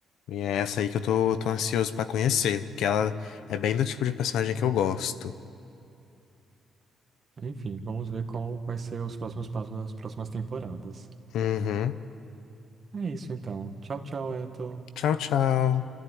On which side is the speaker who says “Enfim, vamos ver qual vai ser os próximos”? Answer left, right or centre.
Right